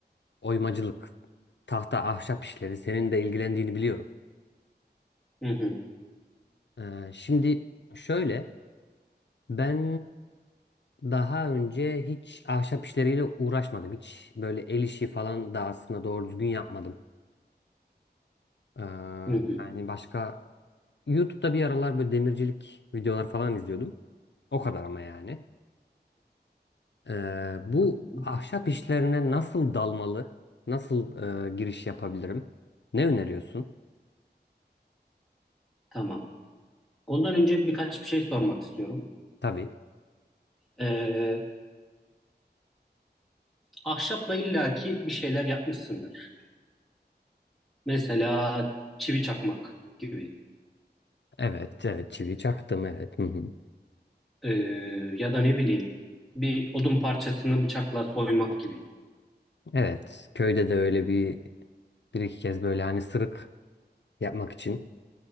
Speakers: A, on the left; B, in the centre.
A: oymacılık, tahta, ahşap işleri senin de ilgilendiğini biliyorum.
B: hı hı,
A: E, şimdi şöyle, ben daha önce hiç ahşap işleriyle uğraşmadım. Hiç böyle el işi falan da aslında doğru düzgün yapmadım. E,
B: hı hı,
A: yani başka YouTube'da bir aralar böyle demircilik videolar falan izliyordum. O kadar ama yani. Ee, bu
B: hı hı.
A: ahşap işlerine nasıl dalmalı? Nasıl e, giriş yapabilirim? Ne öneriyorsun?
B: Tamam. Ondan önce birkaç bir şey sormak istiyorum.
A: Tabii.
B: Ee, ahşapla illaki bir şeyler yapmışsındır. Mesela çivi çakmak gibi.
A: Evet, evet çivi çaktım evet. Hı hı.
B: Ee, ya da ne bileyim bir odun parçasını bıçakla soymak gibi.
A: Evet, köyde de öyle bir bir iki kez böyle hani sırık yapmak için